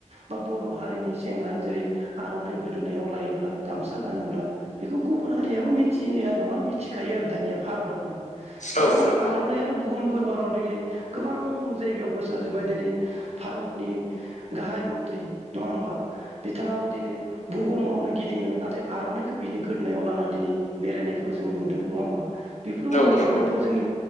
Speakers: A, on the right; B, on the left.
A: बा बर' हारिनि सेंग्रा जेरै आर'नाइ गोदोनायाव लायोब्ला गामसा गानोब्ला बेखौ गुबुन हारियाबो मिथिया नङा मिथिखायो आरो दानिया भारतावनो मानोना
B: औ नंगौ
A: आर'नाइयानो बुहुम दरबाराव दिनै गोबां जायगायाव गोसार जोबबाय दिनै भारतनि गाहाय मन्त्रि नङा होमबा बिथाङाबो दिनै बुहुमावनो गिदिङो नाथाय आर'नाइखौ बिनि गोदोननायाव लानानै दिनै बेरायनायखौ जों नुदों नङा होमबा बेफोरबो
B: औ
A: मोनफा
B: नंगौ
A: मोनफा जोंनि